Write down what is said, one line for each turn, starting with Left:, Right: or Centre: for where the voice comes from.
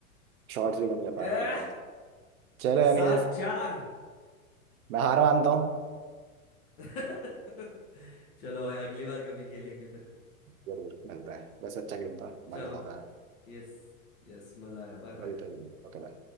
Right: शॉट्स भी कम ले
Left: ए,
Right: पाया था चलो एनीवेज
Left: सात चार
Right: मैं हार मानता हूँ
Left: <laughs> चलो भाई अगली बार कभी खेलेंगे फिर
Right: जरूर मिलते हैं वैसे अच्छा गेम था
Left: चलो
Right: मजा आता है
Left: यस यस मजा आया बाय
Right: मिलते
Left: बाय
Right: हैं ओके